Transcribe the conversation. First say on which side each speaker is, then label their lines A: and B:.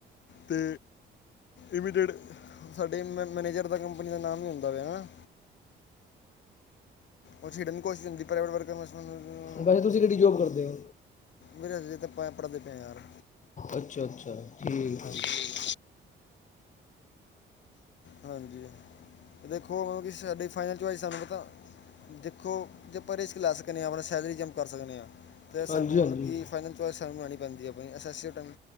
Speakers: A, on the left; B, on the left.
A: ਤੇ ਇਮੀਡੇਟ ਸਾਡੇ ਮ- ਮੈਨੇਜਰ ਦਾ ਕੰਪਨੀ ਦਾ ਨਾਮ ਵੀ ਹੁੰਦਾ ਪਿਆ ਹਨਾ। ਉ ਹੈੱਡ ਦੀ ਕੋਸ਼ਿਸ਼ ਹੁੰਦੀ ਪ੍ਰਾਈਵੇਟ ਵਰ ਹੂੰ <unintelligible>
B: ਵੈਸੇ ਤੁਸੀਂ ਕੇੜੀ ਜੋਬ ਕਰਦੇ ੳ?
A: ਵੀਰੇ ਹਜੇ ਤੇ ਆਪਾਂ ਪੜ੍ਹਦੇ ਪਏ ਆਂ ਯਾਰ।
B: ਅੱਛਾ -ਅੱਛਾ, ਠੀਕ
A: ਹਾਂਜੀ
B: ਏ।
A: ਹਾਂਜੀ, ਦੇਖੋ ਮਤਲਬ ਕਿ ਸਾਡੀ ਫਾਈਨਲ ਚੁਆਇਸ ਸਾਨੂੰ ਪਤਾ ਦੇਖੋ ਜੇ ਪਰੇ 'ਚ ਲਾ ਸਕਦੇ ਹਾਂ ਆਪਨਾ ਸੈਲਰੀ ਜੰਪ ਕਰ ਸਕਨੇ ਆਂ। ਤੇ ਸਾਨੂੰ
B: ਹਾਂਜੀ
A: ਮਤਲਬ
B: ਹਾਂਜੀ ਹਾਂਜੀ
A: ਕਿ ਫਾਈਨਲ ਚੁਆਇਸ ਸਾਨੂੰ ਲੈਨੀ ਪੈਂਦੀ ਏ। ਅਸੈਸੀਅਟਨ